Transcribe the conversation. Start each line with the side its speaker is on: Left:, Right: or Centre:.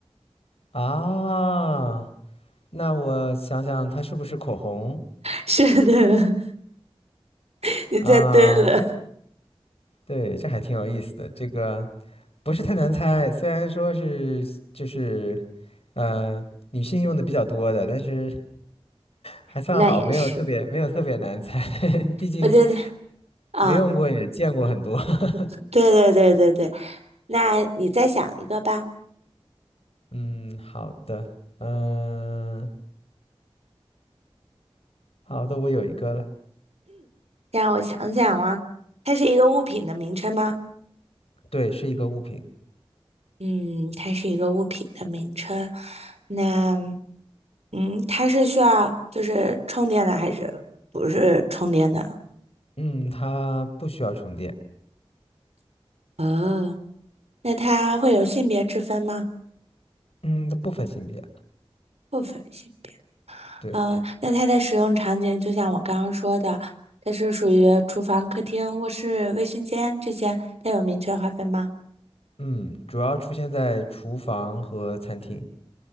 Left: 啊，那我想想，它是不是口红
Right: <laughs> 是的，<laughs> 你猜对了，
Left: 啊？对，这还挺有意思的。这个不是太难猜，虽然说是就是呃女性用的比较多的，但是还算好，
Right: 那也是。
Left: 没有特别没有特别难猜，<laughs> 毕竟
Right: 我觉得啊，
Left: 没用过也见过很多。<laughs>
Right: 对对对对对，那你再想一个吧，
Left: 嗯，好的，嗯、好的，我有一个了。
Right: 让我想想啊，它是一个物品的名称吗？
Left: 对，是一个物品。
Right: 嗯，它是一个物品的名称，那嗯，它是需要就是充电的还是不是充电的？
Left: 嗯，它不需要充电。
Right: 哦，那它会有性别之分吗？
Left: 嗯，它不分性别。
Right: 不分性。别。
Left: 对。
Right: 呃，那它的使用场景就像我刚刚说的，它是属于厨房、客厅、卧室、卫生间这些，它有明确划分吗？
Left: 嗯，主要出现在厨房和餐厅。